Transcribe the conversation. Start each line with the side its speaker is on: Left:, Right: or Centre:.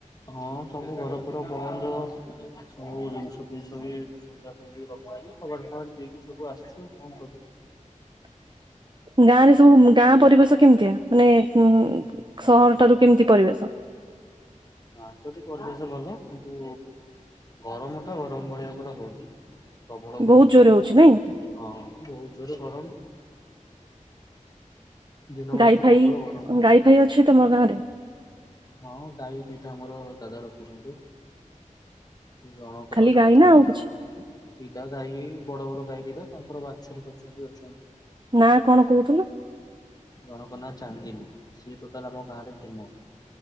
Left: ହଁ ସବୁ ଘର ଫର ବନ୍ଦ ସବୁ ଜିନଷ ଫିନଷ ବି ସଜାସୁଜି ରଖାହେଇକି କବାଟ ଫବାଟ ଦେଇକି ସବୁ ଆସଚୁ କଣ କରୁ
Right: <unintelligible> ଗାଁରେ ସବୁ ଗାଁ ପରିବେଶ କେମତିଆ ମାନେ ଉଁ ସହରଠାରୁ କେମିତି ପରିବେଶ?
Left: ଗାଁ ପରି ପରିବେଶ ଭଲ କିନ୍ତୁ ଗରମଟା ଗରମ ଭଳିଆ ପୁରା ହୋଉଚି ପ୍ରବଳ
Right: ବହୁତ
Left: ଗରମ।
Right: ଜୋରରେ ହଉଛି ନାଇଁ
Left: ହଁ ବୋହୁତ ଜୋରେ ଗରମ। ଦିନ ବେଳା
Right: ଗାଈ
Left: ତ
Right: ଫାଇ
Left: ପ୍ରବଳ ଗରମ ହଉଛି।
Right: ଗାଈ ଫାଇ ଅଛି ତମ ଗାଁରେ?
Left: ହଁ ଗାଈ ଦୁଇଟା ଆମର ଦାଦା ରଖିଛନ୍ତି। ହୁଁ ଜଣକର
Right: ଖାଲି
Left: ନା
Right: ଗାଈ
Left: ଚାନ୍ଦି।
Right: ଆଉ କିଛି?
Left: ଦିଟା ଗାଈ ବଡ ବଡ ଗାଈ ଦିଟା ତାଙ୍କର ବାଛୁରୀ ଫାଛୁରୀ ବି ଅଛନ୍ତି।
Right: ନା କଣ କୋହୁଥୁଲୁ?
Left: ଜଣକ ନାଁ ଚାନ୍ଦିନୀ ସିଏ ଟୋଟାଲ ଆମ ଗାଁରେ ଫେମସ୍।